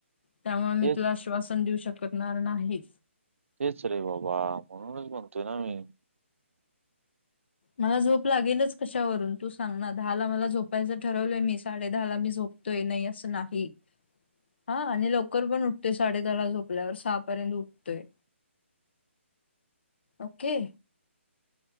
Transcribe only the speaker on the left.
त्यामुळे मी
तुला आश्वासन देऊ शकणार नाही.
मला झोप लागेलच कशावरून तू सांग ना? दहा ला मला झोपायचं ठरवलंय मी साडे दहा ला मी झोप तोय नाही असं नाही. हा आणि लवकर पण उठते साडे दहाला झोपल्यावर सहापर्यंत उठते. ओके.